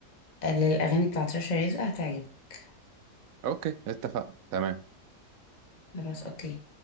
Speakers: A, on the left (about 25°); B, on the right (about 65°).
A: للأغاني بتاعت رشا رزق هتعجبك
B: اوكي اتفقنا تمام
A: خلاص أوكي